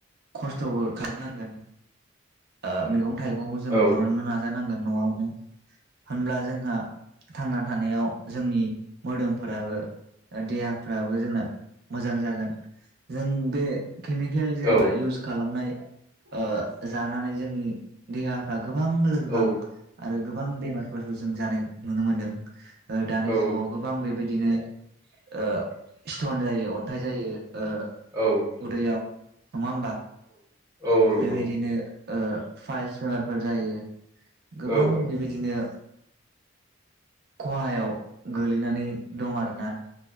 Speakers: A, on the right (about 55°); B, on the right (about 15°).
A: खस्थ'बो खालामनांगोन ओ मैगं। थाइगंखौ जों
B: औ
A: बरहननो नाजानांगोन। न'आवनो होनब्ला जोंहा थांना थानायाव जोंनि। मोदोमफोराबो देहाफ्राबो जोंना मोजां जागोन जों बे। केमिकेल जेनेबा
B: औ
A: इउस खालामनाय। ओ जानानै जोंनि देहाफ्रा। गोबां लोरबां
B: औ
A: आरो गो। गोबां बेमारफोरखौ जों जानाय नुनो मोनदों। ओ दानि
B: औ औ
A: जुगाव गो बेबायदिनो ओ स्थन जायो अन्थाइ जायो। ओ
B: औ
A: उदैयाव। नङा होमबब्ला?
B: औ नंगौ
A: बेबायदिनो। ओ फाइलस बेमारफोर जायो। गोबां
B: औ
A: बेबायदिनो। खहायाव गोलै। नानै दं आरो ना?